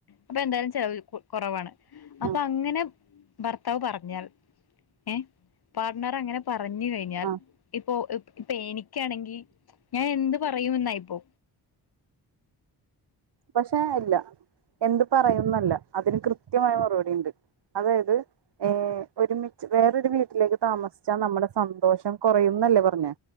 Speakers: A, on the left; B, on the right.
A: അപ്പൊ എന്തായാലും ചില കുറവാണ് അപ്പൊ
B: ഉം
A: അങ്ങനെ ഭർത്താവ് പറഞ്ഞാൽ ഏഹ പാർട്ണർ അങ്ങനെ പറഞ്ഞു കഴിഞ്ഞാൽ
B: ആഹ്
A: ഇപ്പോൊ ഇപ്പ എനിക്ക് ക്കണെങ്കിൽ ഞാൻ എന്ത് പറയുമെന്ന ബോ
B: പക്ഷെ അല്ല എന്ത് പറയുന്നല്ല അതിന് കൃത്യമായ മറുപടി ഉണ്ട് അതായത് ഏർ ഒരുമിച്ച് വേറൊരു വീട്ടിലേക്ക് താമസിച്ചാ നമ്മുടെ സന്തോഷം കുറയുന്നല്ലേ പറഞ്ഞേ